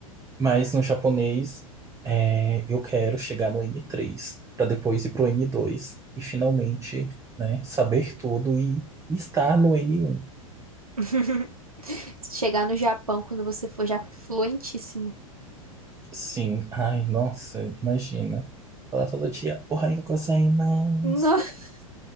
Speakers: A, on the right; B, on the right.
A: mas no japonês é, eu quero chegar no N3 para depois ir pro N2 e finalmente, né, saber tudo e estar no N1.
B: <laughs> Chegar no Japão quando você for já fluentíssimo.
A: Sim, ai, nossa, imagina. Falar todo dia, "Ohayou gozaimasu."
B: No- <laughs>